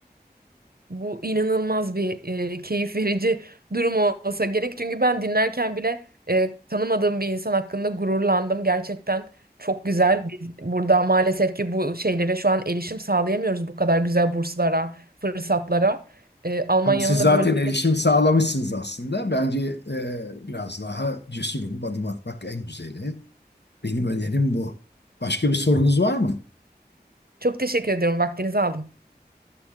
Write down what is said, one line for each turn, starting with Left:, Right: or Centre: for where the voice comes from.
Right: Bu inanılmaz bir e, keyif verici durum olsa gerek. Çünkü ben dinlerken bile e, tanımadığım bir insan hakkında gururlandım. Gerçekten çok güzel. Biz burada maalesef ki bu şeylere şu an erişim sağlayamıyoruz bu kadar güzel burslara, fırsatlara. E, Almanya'nın
Left: Ama siz
Right: da
Left: zaten
Right: böyle bir...
Left: erişim sağlamışsınız aslında. Bence e, biraz daha cesur olup adım atmak en güzeli. Benim önerim bu. Başka bir sorunuz var mı?
Right: Çok teşekkür ediyorum. Vaktinizi aldım.